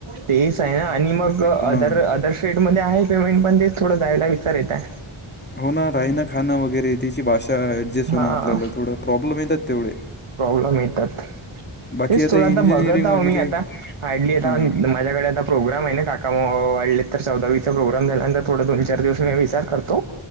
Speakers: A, on the right; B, on the left.
A: तेच आहे ना आणि मग अदर
B: हां
A: अदर स्टेट मध्ये आहे पेमेंट, पण तेच थोडं जायला विचार येत हाय.
B: हो ना राहिन खाणं, वगैरे त्याची भाषा ऍडजस्ट
A: हा
B: होणं, आपल्याला थोडं प्रॉब्लेम येतात तेवढे
A: प्रॉब्लेम येतात.
B: बाकी
A: तेच
B: आता
A: थोडं आ
B: इंजिनिअरिंग
A: बघत आहो
B: वगैरे
A: मी आता हार्डली आता
B: हां
A: अन् मॅ माझ्याकडे आता प्रोग्राम आहे ना, काका वारलेत तर चौदावीचा प्रोग्राम झाल्यानंतर, थोडं दोन चार दिवसान मी विचार करतो.